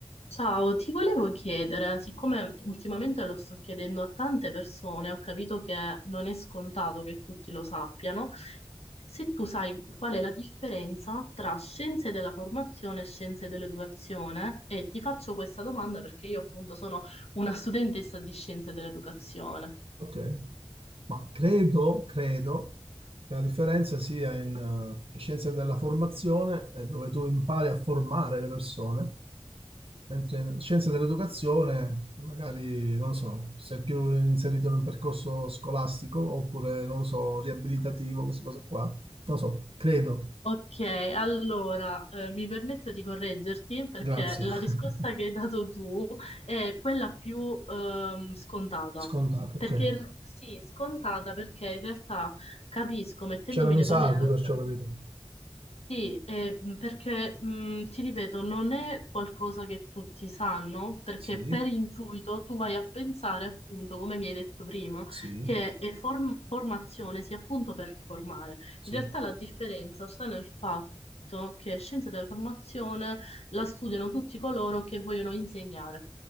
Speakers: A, on the left; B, on the right.
A: Ciao, ti volevo chiedere, siccome ultimamente lo sto chiedendo a tante persone, ho capito che non è scontato che tutti lo sappiano, se tu sai qual è la differenza tra scienze della formazione e scienze dell'educazione, e ti faccio questa domanda perché io appunto sono una studentessa di scienze dell'educazione.
B: Ok, ma credo, credo che la differenza sia in eh, scienze della formazione, eh, dove tu impari a formare le persone, mentre in scienze dell'educazione, magari, non lo so, sei più inserito in un percorso scolastico oppure, non lo so, riabilitativo, queste cose qua. Non lo so, credo.
A: Ok, allora eh, mi permetto di correggerti perché
B: Grazie.
A: la
B: <laughs>
A: risposta che hai dato tu è quella più ehm, scontata.
B: Scontato,
A: Perché
B: ok.
A: sì, scontata perché in realtà capisco, mettendomi
B: C'erano
A: nei
B: i sardi,
A: panni della
B: perciò ho capito.
A: sì, eh, mh, perché mh, ti ripeto, non è qualcosa che tutti sanno, perché
B: Sì,
A: per intuito tu vai a pensare appunto, come mi hai detto prima,
B: sì,
A: che eh, form- formazione sia appunto per formare.
B: sì.
A: In realtà la differenza sta nel fatto che scienze della formazione la studiano tutti coloro che vogliono insegnare